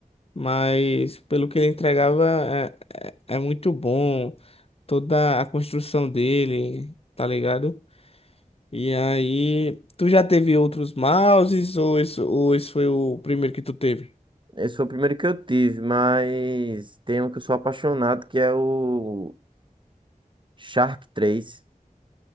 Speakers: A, on the left (about 45°); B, on the right (about 35°).
A: mas pelo que ele entregava é, é, é muito bom toda a construção dele, tá ligado? E aí, tu já teve outros mouses ou esse, ou esse foi o primeiro que tu teve?
B: Esse foi o primeiro que eu tive, mas tem um que eu sou apaixonado, que é o Shark 3.